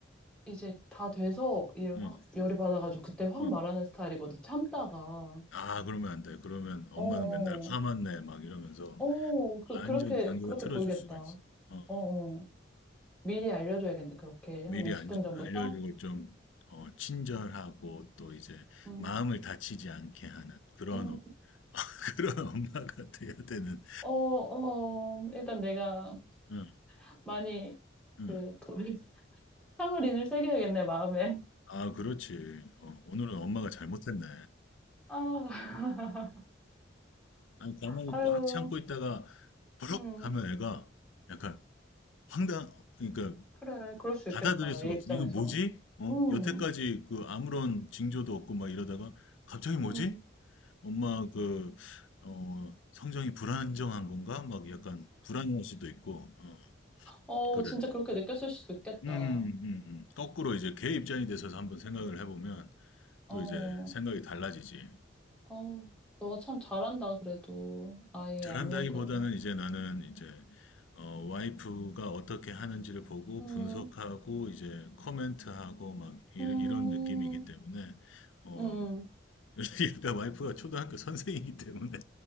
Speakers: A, in the centre; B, on the left.
A: 이제 다 돼서 이제 확
B: 응,
A: 열이 받아가지고 그때 확
B: 응.
A: 말하는 스타일이거든. 참다가.
B: 아, 그러면 안 돼. 그러면 엄마는
A: 어어.
B: 맨날 화만 내. 막 이러면서
A: 어, 어, 그,
B: 완전
A: 그렇게,
B: 관계가
A: 그렇게
B: 틀어질
A: 보이겠다.
B: 수가 있어. 어,
A: 어어. 미리 알려줘야겠네. 그렇게.
B: 미리
A: 한 20분
B: 안-
A: 전부터?
B: 알려주고 좀 어, 친절하고 또 이제
A: 응.
B: 마음을 다치지 않게 하는 그런,
A: 음
B: 엄- <laughs> 그런 엄마가 돼야 되는.
A: 어, 어. 일단 내가
B: 응.
A: 많이
B: 응.
A: 그 돌, <laughs> 참을인을 새겨야겠네, 마음에.
B: 아, 그렇지. 어, 오늘은 엄마가 잘못했네.
A: 아, <laughs>
B: 아니, 가만히
A: 아유.
B: 꽉 참고 있다가 버럭
A: 음.
B: 하면 애가 약간 황당, 그러니까
A: 그래. 그럴 수 있겠다.
B: 받아들일 수가
A: 얘 입장에서.
B: 없어. 이거 뭐지? 어,
A: 음.
B: 여태까지 그 아무런 징조도 없고 막 이러다가 갑자기 뭐지?
A: 음.
B: 엄마 그, 어, 성정이 불안정한 건가? 막 약간 불안할 수도 있고, 어,
A: 어,
B: 그래.
A: 진짜 그렇게 느꼈을 수도 있겠다.
B: 음, 음,
A: 어,
B: 음. 음. 거꾸로 이제 걔 입장이 돼서 한번 생각을 해보면
A: 어,
B: 또 이제 생각이 달라지지.
A: 어, 너가 참 잘한다, 그래도. 아이의
B: 잘한다기보다는
A: 양육을.
B: 이제 나는 이제 어, 와이프가 어떻게 하는지를 보고
A: 음,
B: 분석하고 이제 코멘트하고 막 이,
A: 음,
B: 이런 느낌이기 때문에 어
A: 음.
B: <laughs> 그러니까 와이프가 초등학교 선생이기 때문에